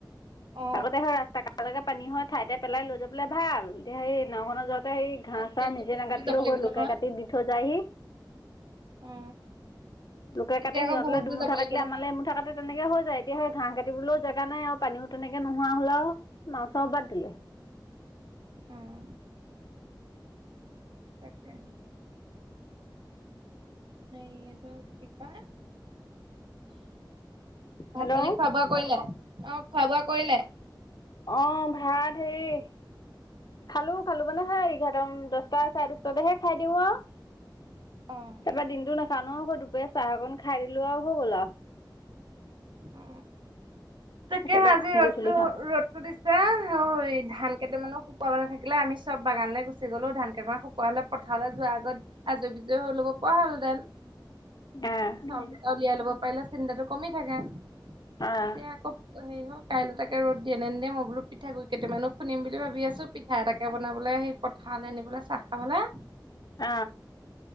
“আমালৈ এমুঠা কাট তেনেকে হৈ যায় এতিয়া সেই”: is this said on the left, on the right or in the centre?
Left